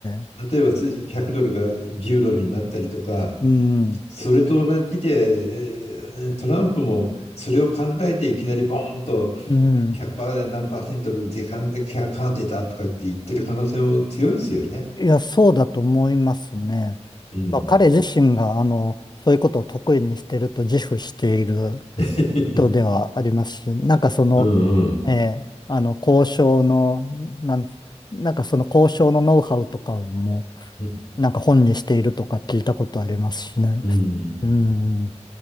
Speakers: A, on the left (about 35°); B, on the left (about 60°).
A: ー
B: 例えば100ドルが10ドルになったりとか、
A: うん、
B: それと同じで、えートランプもそれを考えていきなりボーンと
A: うん。
B: 100%何パーセントの時間でキャカーデだとかって言ってる可能性も強いですよね。
A: いや、そうだと思いますね。
B: うん。
A: まあ、彼自身が、あの、そういうことを得意にしてると自負している
B: <laughs>
A: 人ではありますし、なんかその、
B: うんうん。
A: ええあの、交渉の、なん、なんかその交渉のノウハウとかをも
B: うん
A: う、なんか本にしているとか聞いたことありますしね。
B: うん。
A: うん。